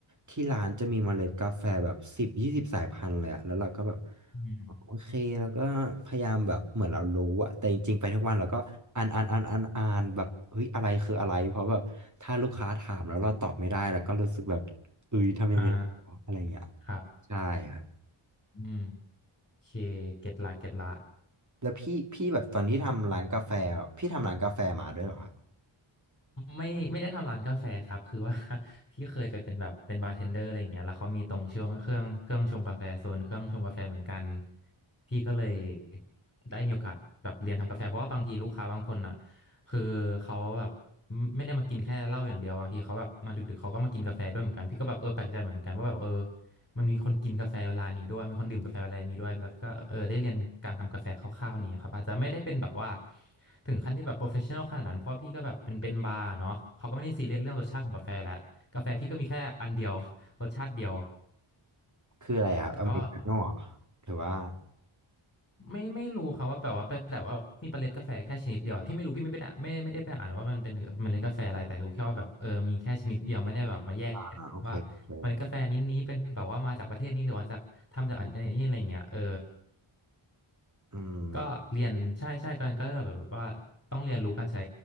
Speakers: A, on the right (about 35°); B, on the left (about 30°).
A: ที่ร้านจะมีเมล็ดกาแฟแบบสิบยี่สิบสายพันธุ์เลยอะแล้วเราก็แบบ
B: อืม
A: อ๋อโอเคแล้วก็พยายามแบบเหมือนเรารู้อะแต่จริงๆไปทุกวันเราก็อ่านอ่านอ่านอ่านอ่านแบบเฮ้ยอะไรคืออะไรเพราะแบบถ้าลูกค้าถามแล้วเราตอบไม่ได้แล้วก็รู้สึกแบบเอ้ยทำยังไงวะอะไรอย่างเงี้ย
B: อ่าครับ
A: ใช่ครับ
B: อืมโอเคเก็ตละเก็ตละ
A: แล้วพี่พี่แบบตอนที่ทำร้านกาแฟอะพี่ทำร้านกาแฟมาด้วยเหรอครับ
B: ไม่ไม่ได้ทำร้านกาแฟครับคือว่า <laughs> ที่เคยไปเป็นแบบเป็นบาร์เทนเดอร์อะไรอย่างเงี้ยแล้วเขามีตรงช่วงเครื่องเครื่องชงกาแฟโซนเครื่องชงกาแฟเหมือนกันพี่ก็เลยได้มีโอกาสแบบเรียนทำกาแฟเพราะว่าบางทีลูกค้าบางคนอ่ะคือเขาแบบไม่ไม่ได้มากินแค่เหล้าอย่างเดียวบางทีเขาแบบมาดึกๆเขาก็มากินกาแฟด้วยเหมือนกันพี่ก็แบบเออแปลกใจเหมือนกันว่าแบบเออ มันมีคนกินกาแฟเวลานี้ด้วยมีคนดื่มกาแฟเวลานี้ด้วยแล้วก็เออได้เรียนการทำกาแฟคร่าวๆนี่ครับอาจจะไม่ได้เป็นแบบว่าถึงขั้นที่แบบโปรเฟชชั่นอลขนาดนั้นเพราะว่าพี่ก็แบบเป็นเป็นบาร์เนาะเขาก็ไม่ได้ซีเรียสเรื่องรสชาติของกาแฟแล้วกาแฟพี่ก็มีแค่อันเดียว <laughs> รสชาติเดียว
A: คืออะไรครับอเมริกาโน่เหรอ
B: แต่ก็
A: หรือว่า
B: ไม่ไม่รู้ครับว่าแบบว่าไปแต่ว่ามีเมล็ดกาแฟแค่ชนิดเดียวพี่ไม่รู้พี่ไม่ได้ไม่ไม่ได้ไปอ่านว่ามันเป็นเมล็ดกาแฟอะไรแต่รู้แค่ว่าแบบเออมีแค่ชนิดเดียวไม่ได้แบบมาแยกว่าเมล็ดกาแฟนี้นี้เป็นแบบว่ามาจากประเทศนี้หรือว่าจากทำจากอันนี้อะไรอย่างเงี้ยเออ
A: อ่าโอเคโอเคอืม
B: ก็เรียนใช่ใช่กันก็แบบว่าต้องเรียนรู้การใช้